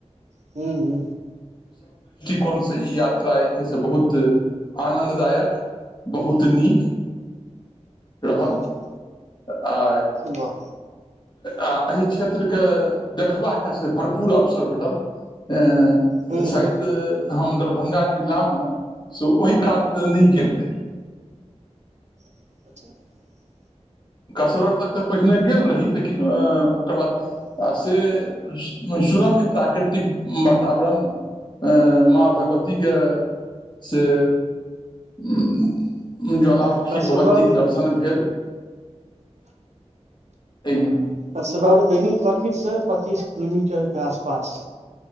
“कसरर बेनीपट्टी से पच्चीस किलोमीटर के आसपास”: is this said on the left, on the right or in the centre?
Right